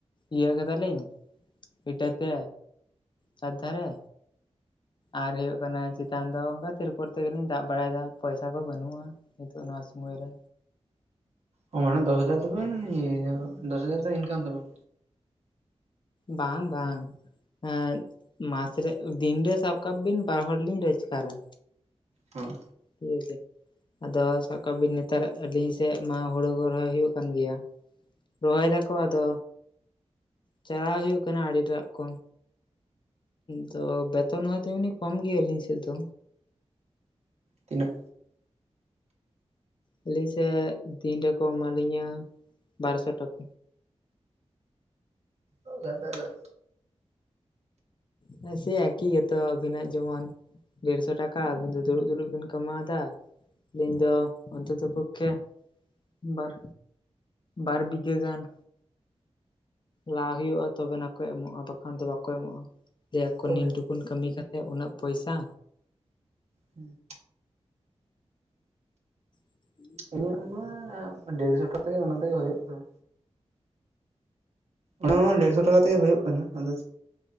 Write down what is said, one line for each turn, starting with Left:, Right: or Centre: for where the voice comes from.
Left: ᱤᱭᱟᱹ ᱠᱟᱫᱟᱞᱤᱧ᱾ ᱤᱴᱟᱹᱛᱮ ᱪᱟᱨ ᱫᱷᱟᱨᱮ᱾ ᱟᱨ ᱦᱩᱭᱩᱼᱜ ᱠᱟᱱᱟ ᱪᱮᱛᱟᱱ ᱫᱚ ᱚᱱᱠᱟ ᱛᱤᱨᱯᱚᱨ ᱛᱮᱜᱮᱹᱞᱤᱧ ᱫᱟᱵ ᱵᱟᱹᱲᱟᱭᱮᱫᱟ, ᱯᱚᱭᱥᱟᱹ ᱠᱚ ᱵᱟᱹᱱᱩᱜᱼᱟᱹ᱾ ᱱᱤᱛᱚᱜᱹ ᱱᱚᱹᱣᱟ ᱥᱳᱢᱚᱭ ᱨᱮᱹ᱾
Right: ᱚ ᱢᱟᱱᱮ ᱫᱚᱥ ᱦᱟᱡᱟᱨ ᱫᱚᱵᱮᱱ ᱤᱭᱟᱹᱭᱫᱟ, ᱫᱚᱥ ᱦᱟᱡᱟᱨ ᱫᱚ ᱤᱱᱠᱟᱢ ᱫᱟᱵᱮᱱ?
Left: ᱵᱟᱝ ᱵᱟᱝ᱾ ᱮᱸᱜ ᱢᱟᱥ ᱨᱮ, ᱫᱤᱱ ᱨᱮ ᱥᱟᱵ ᱠᱟᱜ ᱵᱤᱱ ᱵᱟᱨ ᱦᱚᱲ ᱞᱤᱧ ᱨᱚᱡᱽᱜᱟᱨᱟ᱾
Right: ᱦᱮᱸ᱾
Left: ᱴᱷᱤᱠ ᱟᱪᱷᱮ᱾ ᱟᱫᱚ ᱥᱟᱵ ᱠᱟᱜ ᱵᱤᱱ ᱱᱮᱛᱟᱨᱟᱜ ᱟᱹᱞᱤᱧ ᱥᱮᱫ ᱢᱟ ᱦᱩᱲᱩ ᱠᱚ ᱨᱚᱦᱚᱭ ᱦᱩᱭᱩᱜ ᱠᱟᱱ ᱜᱮᱭᱟ᱾ ᱨᱚᱦᱚᱭ ᱫᱟᱠᱚ ᱟᱫᱚ ᱪᱟᱞᱟᱣ ᱦᱩᱭᱩᱜ ᱠᱟᱱᱟ ᱟᱹᱲᱤᱴᱟᱜ ᱠᱚ᱾ ᱫᱚ ᱵᱮᱛᱚᱱ ᱦᱚᱸ ᱛᱮᱢᱱᱤ ᱠᱚᱢ ᱜᱮᱭᱟ ᱟᱹᱞᱤᱧ ᱥᱮᱫ ᱫᱚ᱾
Right: ᱛᱤᱱᱟᱹᱜ?
Left: ᱟᱹᱞᱤᱧ ᱥᱮᱜ ᱫᱤᱱ ᱨᱮᱠᱚ ᱮᱢᱟᱞᱤᱧᱟ ᱵᱟᱨ ᱥᱚ ᱴᱟᱠᱟ᱾
Right: ᱳ ᱜᱟᱫᱟ ᱜᱟᱫᱟ᱾
Left: ᱦᱮᱸ ᱥᱮᱭ ᱮᱠᱤ ᱜᱮᱛᱚ ᱟᱵᱤᱱᱟᱜ ᱡᱮᱢᱚᱱ ᱰᱮᱲᱥᱚ ᱴᱟᱠᱟ ᱟᱵᱤᱱ ᱫᱚ ᱫᱩᱲᱩᱵ ᱫᱩᱲᱩᱵ ᱵᱤᱱ ᱠᱟᱢᱟᱣ ᱫᱟ᱾ ᱟᱹᱞᱤᱧ ᱫᱚ ᱚᱱᱛᱚᱛᱚ ᱯᱚᱠᱠᱷᱮ ᱵᱟᱨ ᱵᱟᱨ ᱵᱤᱜᱷᱟᱹ ᱜᱟᱱ᱾ ᱞᱟ ᱦᱩᱭᱩᱜᱼᱟ ᱛᱚᱵᱮᱱᱟ ᱠᱚ ᱮᱢᱚᱜᱼᱟ᱾ ᱵᱟᱠᱷᱟᱱ ᱫᱚ ᱵᱟᱠᱚ ᱮᱢᱚᱜᱼᱟ᱾ ᱞᱟᱹᱭᱟ ᱠᱚ
Right: ᱦᱳᱭ
Left: ᱱᱤᱱ ᱴᱩ ᱠᱩᱱ ᱠᱟᱹᱢᱤ ᱠᱟᱛᱮᱫ ᱩᱱᱟᱹᱜ ᱯᱚᱭᱥᱟ᱾
Right: ᱦᱩᱸ᱾
Left: <inaudible>
Right: ᱤᱧᱟᱹᱜ ᱢᱟ ᱰᱮᱲᱥᱚ ᱠᱟᱛᱮᱜ ᱚᱱᱟ ᱛᱮᱜᱮ ᱦᱳᱭᱳᱜ ᱠᱟᱱᱟ᱾ ᱚᱱᱟᱦᱚᱸ ᱰᱮᱲᱥᱚ ᱴᱟᱠᱟ ᱠᱟᱛᱮᱜᱮ ᱦᱳᱭᱳᱜ ᱠᱟᱱᱟ ᱟᱫᱚ ᱪᱮᱫ?